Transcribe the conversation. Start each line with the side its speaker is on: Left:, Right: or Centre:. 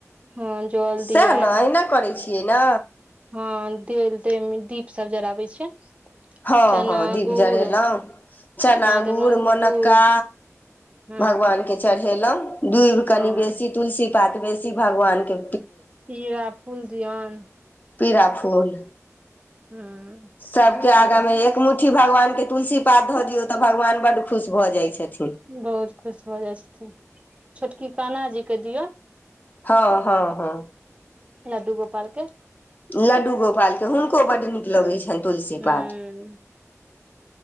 Right: हँ जल दिया
Left: सेएह न अहिना करै छियै न
Right: हँ देल देम दीप सब जराबै छै
Left: हँ
Right: चना
Left: हँ दीप
Right: गुड़
Left: जरेलौ चना
Right: देलहुँ
Left: गूर मोनक्का
Right: गुड़ हँ
Left: भगवानकेँ चढ़ेलौ दूभि कनि
Right: हँ
Left: बेसी तुलसी पात बेसी भगवानके
Right: पीड़ा फूल दिऔन
Left: पीड़ा फूल
Right: हूँ
Left: सबके
Right: नीक
Left: आगा
Right: रहै
Left: मे एक एक मुठ्ठी भगवान के तुलसी पात धऽ दियौ तऽ भगवान बड्ड खुश भऽ जाय छथिन
Right: बहुत खुश भऽ जाय छथिन छोटकी कान्हा जी क दियौ
Left: हँ हँ हँ
Right: लड्डु गोपालके
Left: लड्डू गोपालके हुनको बड्ड नीक लगै छनि तुलसी
Right: हूं
Left: पात